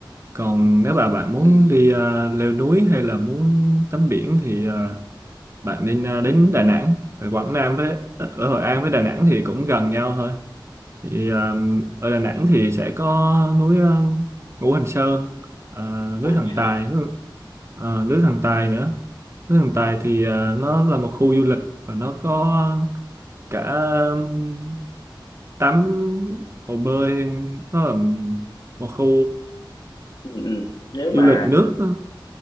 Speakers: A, on the right (about 30°); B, on the left (about 55°).
A: Còn nếu mà bạn muốn
B: ừ,
A: đi ờ, leo núi hay là muốn tắm biển thì ờ, bạn nên ờ, đến Đà Nẵng. Ở Quảng Nam với ờ, ở Hội An với Đà Nẵng thì cũng gần nhau thôi. Thì ờ, ở Đà Nẵng thì sẽ có núi ờ, Ngũ Hành Sơn, ờ,
B: quên
A: núi Thần Tài,
B: sao
A: núi, ờ, núi Thần Tài nữa. Núi Thần Tài thì ờ, nó là một khu du lịch và nó có cả ừm, tắm hồ bơi nó là một khu
B: ừ, ừ. nếu mà
A: du lịch nước á,